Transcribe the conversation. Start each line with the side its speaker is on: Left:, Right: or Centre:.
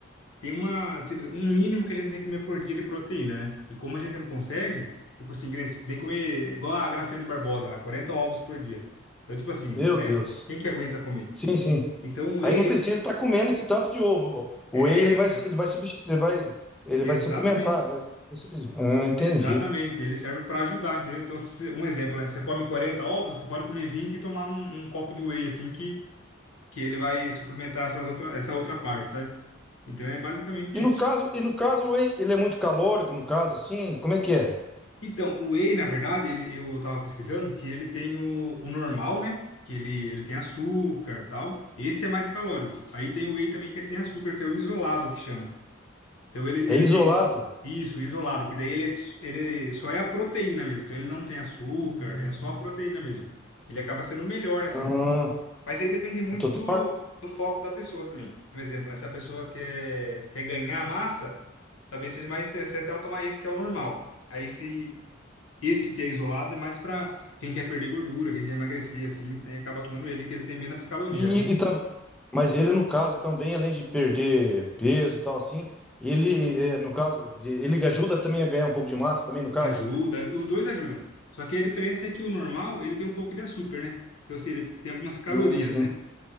Left: Tem uma. Tipo, um mínimo que a gente tem que comer por dia de proteína, né? E como a gente não consegue, tipo assim, que nem se- tem que comer igual a Graciane Barbosa lá, 40 ovos por dia. Então, tipo assim,
Centre: Meu
Left: né?
Centre: Deus.
Left: Quem que aguenta comer?
Centre: Sim, sim.
Left: E, então o whey,
Centre: Aí não
Left: ele.
Centre: precisa estar comendo esse tanto de ovo. O
Left: É,
Centre: whey ele vai,
Left: então.
Centre: ele vai substituir, ele vai, ele
Left: Exatamente.
Centre: vai suplementar. vai- vai suplementar. Ah, entendi.
Left: Exatamente, ele serve para ajudar, entendeu? Então, se- um exemplo, né? Você come 40 ovos, você pode comer 20 e tomar um, um copo de whey, assim, que, que ele vai suplementar essas outra, essa outra parte, sabe? Então, é basicamente
Centre: E no
Left: isso.
Centre: caso, e no caso, o whey, ele é muito calórico, no caso, assim, como é que é?
Left: Então, o whey, na verdade, ele, eu tava pesquisando que ele tem o, o normal, né? Que ele, ele tem açúcar e tal. Esse é mais calórico. Aí tem o whey também que é sem açúcar, que é o isolado, que chama. Então ele,
Centre: É
Left: ele
Centre: isolado?
Left: tem isso, isolado, que daí ele, é s- ele só é a proteína mesmo. Então ele não tem açúcar, é só a proteína mesmo. Ele acaba sendo melhor, assim.
Centre: Ah,
Left: Mas aí depende muito
Centre: eu tô
Left: do,
Centre: tendo... uma-
Left: do foco da pessoa também. Um exemplo, né? se a pessoa quer, quer ganhar massa, talvez seja mais interessante ela tomar esse que é o normal. Aí se esse que é isolado é mais para quem quer perder gordura, quem quer emagrecer, assim. Aí acaba tomando ele que ele tem menos calorias,
Centre: E,
Left: né?
Centre: e tam- Mas ele, no caso, também, além de perder peso e tal, assim, ele, é, no caso, de- ele ajuda também a ganhar um pouco de massa, também, no caso?
Left: Ajuda, aj- os dois ajudam. Só que a diferença é que o normal, ele tem um pouco de açúcar, né? Então, assim, ele tem algumas calorias,
Centre: Ah, sim.
Left: né?